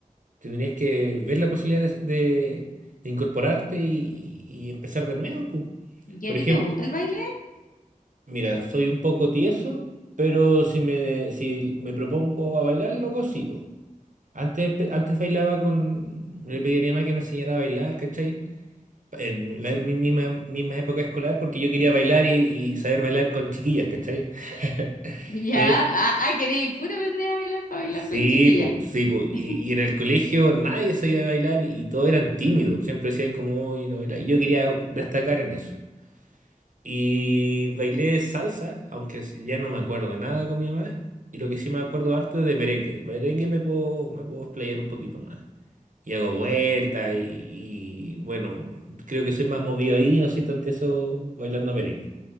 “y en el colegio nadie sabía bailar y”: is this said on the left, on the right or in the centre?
Right